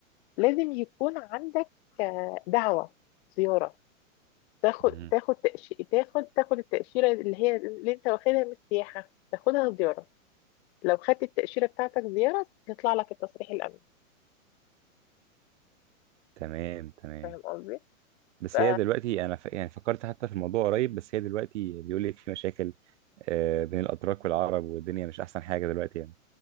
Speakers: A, on the left; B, on the right.
A: لازم يكون عندك آه، دعوة زيارة تاخد
B: مهم.
A: تاخد تأش... تاخد تاخد التأشيرة اللي هي اللي انت واخدها من السياحة تاخدها زيارة لو خدت التأشيرة بتاعتك زيارة يطلع لك التصريح الأمني
B: تمام تمام
A: فاهم قصدي؟
B: بس
A: ف...
B: هي دلوقتي انا ف... يعني فكرت حتى في الموضوع قريب بس هي دلوقتي بيقول لك في مشاكل آه، بين الاتراك والعرب والدنيا مش احسن حاجه دلوقتي يعني